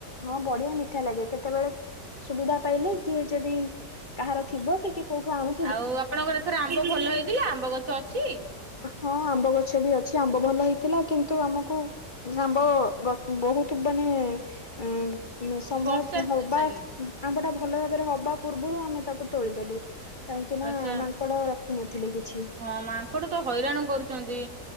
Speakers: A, on the left; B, on the right.
A: ହଁ ବଢିଆ ମିଠା ଲାଗେ କେତେବେଳେ ସୁବିଧା ପାଇଲେ କିଏ ଯଦି କାହାର ଥିବ କି କି କୋଉଠୁ ଆଣୁ
B: ଆଉ ଆପଣଙ୍କର ଏଥର ଆମ୍ବ ଭଲ ହେଇଥିଲା ଆମ୍ବ ଗଛ ଅଛି?
A: ହଁ ଆମ୍ବ ଗଛ ବି ଅଛି ଆମ୍ବ ଭଲ ହେଇଥିଲା କିନ୍ତୁ ଆମକୁ ଆମ୍ବ ଗ ବୋହୁତ ମାନେ ଏଁ ସମୟ
B: ସେ ବର୍ଷାରେ
A: ହବା
B: ଆଜ୍ଞା।
A: ଆମ୍ବ ଟା ଭଲ ଭାବରେ ହବା ପୂର୍ବରୁ ଆମେ ତାକୁ ତୋଳିଦେଲୁ କାହିଁକି ନା
B: ଆଚ୍ଛା
A: ମାଙ୍କଡ ଶଖୁ ନଥିଲେ କିଛି
B: ହଁ ମାଙ୍କଡ ତ ହଇରାଣ କରୁଛନ୍ତି